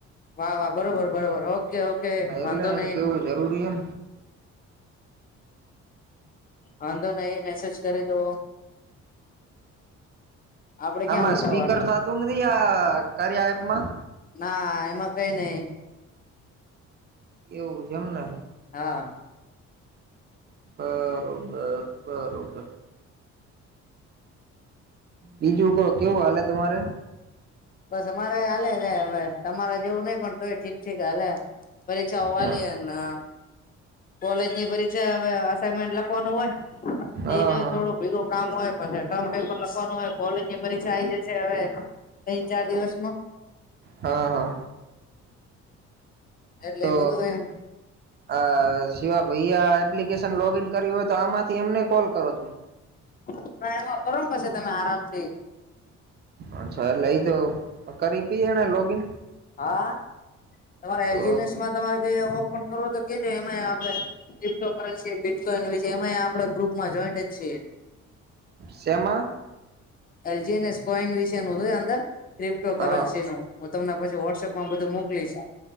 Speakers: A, on the left (about 30°); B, on the right (about 35°).
A: વાહ વાહ બરોબર બરોબર ઓ કે ઓકે.
B: હા,
A: વાંધો
B: એટલે એને
A: નહી
B: કેવું જરૂરી હે
A: વાંધો નહી મેસેજ કરી દો આપડે
B: આમાં
A: ક્યાં ઉતાવળ
B: સ્પીકર થાતું નથી, આ કાર્યા એપમાં?
A: ના, એમાં કઈ નઈ.
B: એવું જેમને
A: હા
B: બરોબર બરોબર બીજું કો કેવું હાલે તમારે?
A: બસ અમારે હાલે જાય હવે, તમારે જેવું નઈ પણ તોય ઠીક ઠીક હાલે. મરી ચવવાલી
B: હા
A: એના કોલેજ ની પરીક્ષા હવે, અસાઈનમેન્ટ લખવાનું હોય,
B: હા
A: એટલે થોડું બીજૂ કામ હોય, પણ એ ટર્મ પેપર લખવાનું હોય કોલેજ ની પરીક્ષા આઇ જશે હવે તીન ચાર દિવસમો
B: હા હા
A: એટલે
B: તો
A: બધું એમ
B: અ શિવા ભૈયા એપ્લિકેશન લોગ ઈન કર્યું હોય, તો આમાંથી અમને કોલ કરો તુમ
A: <unintelligible> કરુન પસી તમે આરામ થી
B: અચછા, એટલે ઈ તો કરી થી એને લોગીન?
A: હા, તમારા
B: તો
A: એલજીનેસ મા તમારે કઈ ઓપન કરવો હોય, તો કેજે એમે આપડે ક્રિપ્ટો કરેન્સિ, બીટકોઈન એમાં આપણે ગ્રુપમાં જોઈન્ટજ છીએ
B: સેમા
A: એલજીનેસ કોઈન વિશે નું છેય અંદર, ક્રિપ્ટો
B: હા
A: કરન્સીનું હું તમને પછી વોટસઅપ માં બધું મોકલીશ